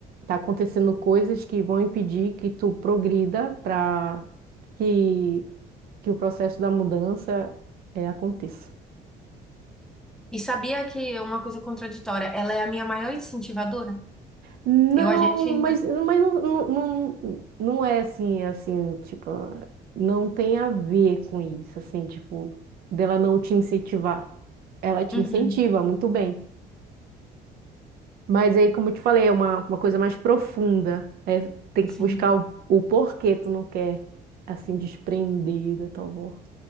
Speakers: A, on the right; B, in the centre.
A: Tá acontecendo coisas que vão impedir que tu progrida para que, que o processo da mudança, é, aconteça.
B: E sabia que é uma coisa contraditória, ela é a minha maior incentivadora.
A: Não,
B: Eu, a gente Hum. ainda.
A: mas, mas não, não, não, não é assim, assim, tipo, não tem a ver com isso, assim, tipo, dela não te incentivar. Ela te
B: Uhum,
A: incentiva, muito bem. Mas aí, como eu te falei, é uma, uma coisa mais profunda. É, tem
B: sim,
A: que buscar o, o porquê tu não quer, assim, desprender da tua avó.